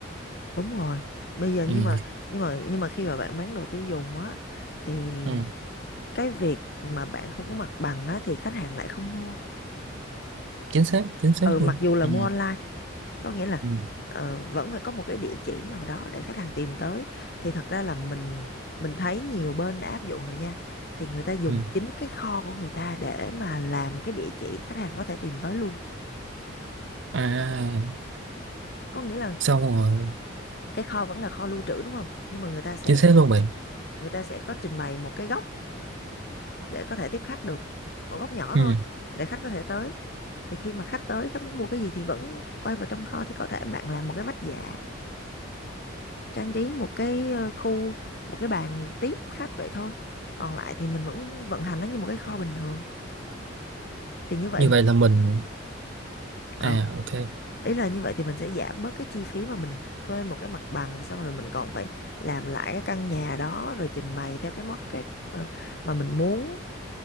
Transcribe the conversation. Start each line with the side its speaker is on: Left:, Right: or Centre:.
Left: đúng rồi. Bây giờ
Right: ừ.
Left: nhưng mà nhưng mà nhưng mà khi mà bạn bán đồ tiêu dùng á thì
Right: Ừ.
Left: cái việc mà bạn không có mặt bằng á, thì khách hàng lại không mua
Right: chính xác chính xác
Left: ừ mặc
Right: luôn
Left: dù là
Right: ừ.
Left: mua online có nghĩa là
Right: Ừ.
Left: ờ, vẫn phải có một cái địa chỉ nào đó để khách hàng tìm tới thì thật ra là mình mình thấy nhiều bên đã áp dụng rồi nha thì người ta dùng
Right: Ừ.
Left: chính cái kho của người ta để mà làm cái địa chỉ khách hàng có thể tìm tới luôn
Right: à
Left: có nghĩa là
Right: xong rồi
Left: cái kho vẫn là kho lưu trữ đúng không nhưng mà người ta sẽ
Right: chính xác luôn bạn
Left: người ta sẽ có trình bày một cái góc để có thể tiếp khách được một góc nhỏ
Right: ừ.
Left: thôi để khách có thể tới thì khi mà khách tới khách muốn mua cái gì thì vẫn quay vào trong kho thì có thể bạn làm một cái vách dạ trang trí một cái ờ, khu một cái bàn tiếp khách vậy thôi còn lại thì mình vẫn vận hành nó như một cái kho bình thường thì như vậy
Right: như vậy là mình
Left: ờ,
Right: à ok
Left: ý là như vậy thì mình sẽ giảm bớt cái chi phí mà mình thuê một cái mặt bằng xong rồi mình còn phải làm lại cái căn nhà đó rồi trình bày theo cái market ờ, mà mình muốn